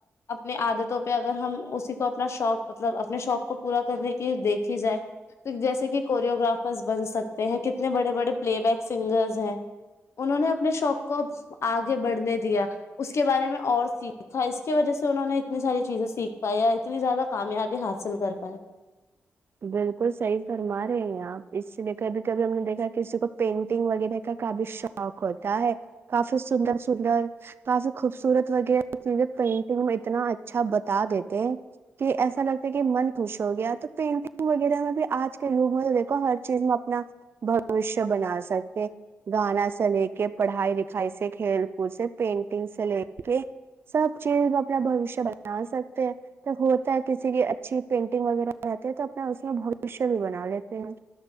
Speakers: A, on the left (about 70°); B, on the right (about 50°).
A: اپنی عادتوں پہ اگر ہم اسی کو اپنا شوق مطلب اپنے شوق کو پورا کرنے کی دیکھی جائے تو جیسے کہ کوریوگررافرس بن سکتے ہیں کتنے بڑے بڑے پلے بیک سنگرس ہیں انہوں نے اپنے شوق کوگ گے بڑھنے دیا اس کے بارے میں اور سیکھا اس کی وجہ سے انہوں نے اتنی ساری چیزیں سیکھ پائی اتنی زیادہ کامیابی حاصل کر پائے
B: بالکل صحیح فرما رہے ہیں آپ اس لیے کبھی کبھی ہم نے دیکھا کسی کو پینٹنگ وغیرہ کا کافی شوق ہوتا ہے کافی سندر سندر کافی خوبصورت وغیرہ چزیں پینٹنگ میں اتنا اچھا بتا دیتے ہیں کہ ایسا لگتا کہ من خوش ہو گیا تو پینٹنگ وغیرہ میں بھی آج کے گ میں تو دیکو ہر چیز میں اپنا بوشیہ بنا سکتے گانا سے لے کے پڑھائی لکھائی سے کھیل کود سے پینٹنگ سے لے کے سب چیز میں اپنا بوشیہ بنا سکتے ہیں جب ہوتا ہے کسی کی اچھی پینٹنگ وغیرہ رہتے ہے تو اس میں بوشیہ بھی بنا لیتے ہیں